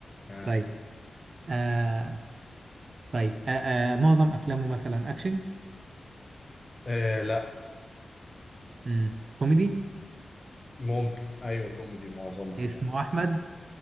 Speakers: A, on the left; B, on the right.
A: آه.
B: طيب آه طيب آه آه معظم أفلامه مثلا أكشن
A: آه لا
B: مم. كوميدي
A: ممكن ايوه كوميدي معظمها
B: اسمه
A: يعني
B: أحمد